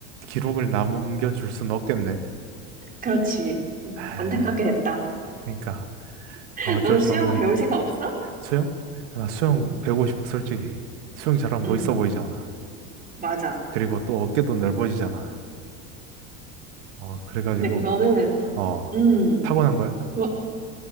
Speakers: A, on the right; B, on the right.
A: 기록을 남겨줄 순 없겠네.
B: 그렇지. 음,
A: 하,
B: 안타깝게 됐다.
A: 그러니까,
B: <laughs>
A: 아, 어쩔
B: 너는
A: 수
B: 수영
A: 없네.
B: 배울 생각 없어?
A: 수영? 아, 나 수영
B: 음,
A: 배우고 싶어, 솔직히. 수영 잘하면
B: 음,
A: 멋있어 보이잖아.
B: 맞아.
A: 그리고 또 어깨도 넓어지잖아. 어, 그래가지고,
B: 근데 그거는, 어,
A: 어,
B: 음,
A: 타고난 거야?
B: 그거